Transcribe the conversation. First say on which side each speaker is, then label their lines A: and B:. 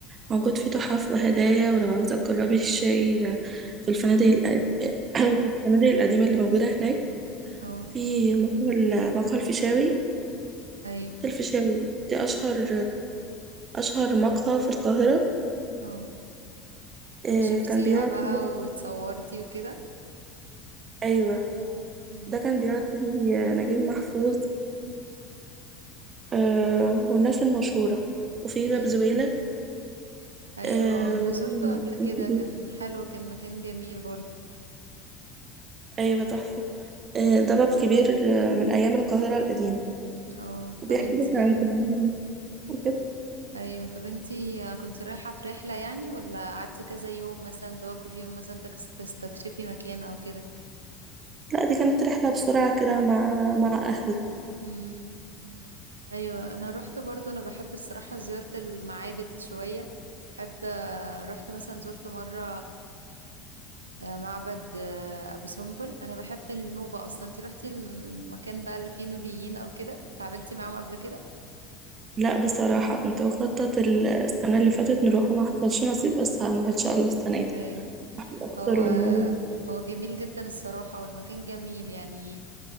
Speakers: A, on the right; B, on the right.
A: موجود فيه تحف وهدايا ولو عاوزة تجربي الشاي آه، في الفنادق القد... <coughs> في الفنادق القديمة اللي موجودة هناك
B: اه
A: في مقهى مقهى الفيشاوي
B: ايوه
A: الفيشاوي دي أشهر أشهر مقهى في القاهرة
B: اه
A: آه،
B: انت شفتيها
A: كان بيقعد
B: بقى
A: فيه
B: واتصورتي وكده
A: أيوة
B: مم.
A: ده كان بيقعد فيه آه، نجيب محفوظ آه، والناس المشهورة وفي باب
B: ايوه
A: زويلة
B: ايوه
A: آه،
B: اه انا
A: وده
B: زرته قبل كده
A: باب كبير.
B: كان حلو كان مكان جميل برضو
A: أيوة تحفة آه، ده باب كبير آه، من أيام القاهرة القديمة
B: اه
A: وبيحكي
B: طب انتي
A: لك عن زمان وكده
B: ايوه طب انتي كنت رايحة في رحلة يعني ولا قعدتي كذا يوم مثلا اللي هو كل يوم مثلا تكس- تستكشفي مكان او كده
A: لا دي كانت رحلة بسرعة كده مع مع أهلي
B: امم ايوه انا روحت برضو انا بحب الصراحة زيارة المعابد شوية بحب آه، رحت مثلا زرت مرة آه، معبد آه، ابو سمبل انا بحب النوبة اصلا انتي روحتي المكان بقى اللي فيه نوبيين او كده تعاملتي معاهم قبل كده
A: لا بصراحة كنت بخطط ال- السنة اللي فاتت نروح وما حصلش نصيب بس هنروح إن شاء الله السنة دي
B: ايوه
A: الأقصر
B: هو
A: والنيل
B: هو جميل جدا الصراحة والمكان جميل يعني